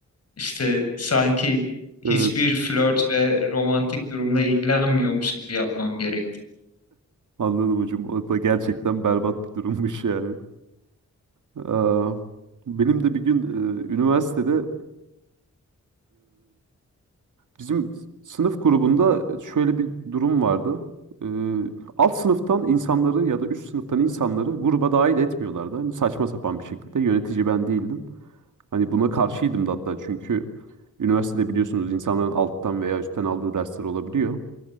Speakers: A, on the left (about 55°); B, on the right (about 85°).
A: işte sanki hiçbir
B: Evet.
A: flört ve romantik durumla ilgilenmiyormuş gibi yapmam gerekti.
B: Anladım hocam. O da gerçekten berbat bir durummuş yani. Aa, benim de bir gün e, üniversitede Bizim sınıf grubunda şöyle bir durum vardı. Ee, alt sınıftan insanları ya da üst sınıftan insanları gruba dahil etmiyorlardı. Hani saçma sapan bir şekilde yönetici ben değildim. Hani buna karşıydım da hatta çünkü üniversitede biliyorsunuz insanların alttan veya üstten aldığı dersler olabiliyor.